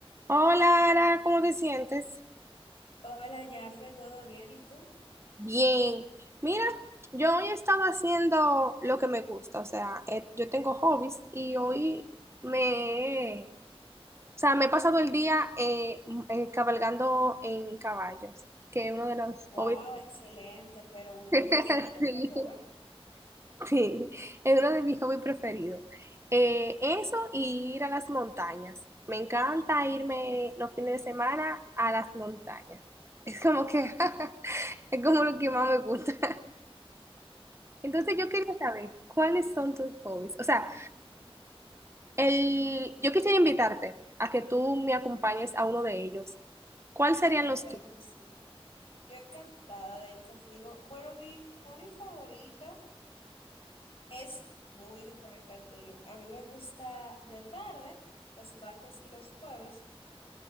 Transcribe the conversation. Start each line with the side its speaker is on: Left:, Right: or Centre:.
Right: Hola, Ara, ¿cómo te sientes?
Left: Hola, Jafre, ¿todo bien? ¿Y tú?
Right: Bien. Mira, yo hoy estaba haciendo lo que me gusta, o sea, eh, yo tengo hobbies y hoy me, o sea, me he pasado el día eh, m- eh, cabalgando en caballos, que es uno de los
Left: Wow,
Right: hobbies.
Left: excelente, pero un hobby
Right: <laughs>
Left: fino,
Right: Sí.
Left: mi amor.
Right: Sí, es uno de mis hobbies preferidos. Eh, eso y ir a las montañas. Me encanta irme los fines de semana a las montañas. Es como que <laughs> es como lo que más me gusta. <laughs> Entonces yo quería saber cuáles son tus hobbies. O sea, el, yo quisiera invitarte a que tú me acompañes a uno de ellos. ¿Cuáles serían los
Left: Claro
Right: tuyos?
Left: que sí. Yo encantada de ir contigo. Bueno, mi hobby favorito es muy diferente al tuyo. A mí me gusta de tarde, los martes y los jueves,